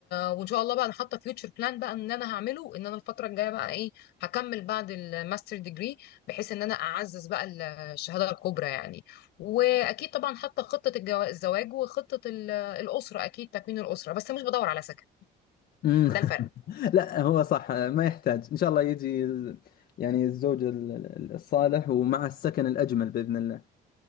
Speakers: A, on the left; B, on the left.
A: وان شاء الله بقى انا حاطه فيوتشر بلان بقى ان انا هعمله ان انا الفتره الجايه بقى ايه هكمل بعد الماستر ديجري بحيث ان انا اعزز بقى ال- الشهاده الكبرى يعني واكيد طبعا حاطه خطه الجوا- الزواج وخطه ال- الاسره اكيد تكوين الاسره بس مش بدور على سكن
B: مم.
A: ده الفرق
B: <laughs> لا هو صح ما يحتاج إن شاء الله يجي يعني الزوج ال- الصالح ومع السكن الأجمل بإذن الله